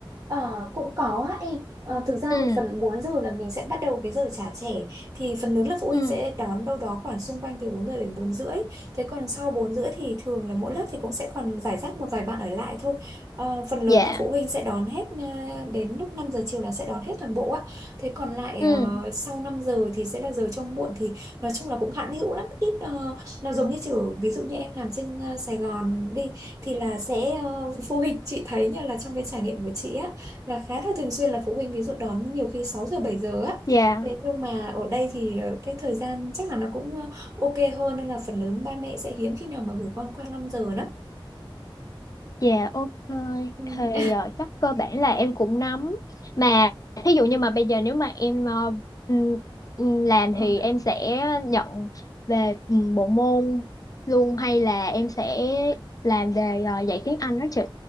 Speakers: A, on the right; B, on the left.
A: Ờ, cũng có á em Ờ, thực ra
B: Ừ
A: thì phần 4 giờ là mình sẽ bắt đầu cái giờ trả trẻ thì phần lớn là phụ huynh
B: ừ
A: sẽ đón đâu đó khoảng xung quanh từ 4 giờ đến 4 rưỡi thế còn sau 4 rưỡi thì thường là mỗi lớp thì cũng sẽ còn giải rác một vài bạn ở lại thôi Ờ, phần
B: dạ
A: lớn là phụ huynh sẽ đón hết ờ, đến lúc 5 giờ chiều là sẽ đón hết toàn bộ á thế còn lại
B: ừ
A: ờ, sau 5 giờ thì sẽ là giờ trông muộn thì nói chung là cũng hạn hữu lắm ít ờ, nó giống như kiểu ví dụ như em làm trên ờ, Sài Gòn đi thì là sẽ ờ, phụ huynh chị thấy nha là trong cái trải nghiệm của chị á là khá là thường xuyên là phụ huynh ví dụ đón nhiều khi 6 giờ 7 giờ á
B: dạ
A: thế nhưng mà ở đây thì ờ, cái thời gian chắc là nó cũng ờ, ok hơn nên là phần lớn ba mẹ sẽ hiếm khi nào mà gửi con qua 5 giờ đó
B: Dạ ok
A: ừ.
B: thì ờ, chắc cơ bản là em cũng nắm mà thí dụ như mà bây giờ nếu mà em ờ, ừm, ừm, làm
A: <laughs>
B: thì em sẽ nhận về ừm, bộ môn luôn hay là em sẽ làm về ờ, dạy tiếng Anh đó chị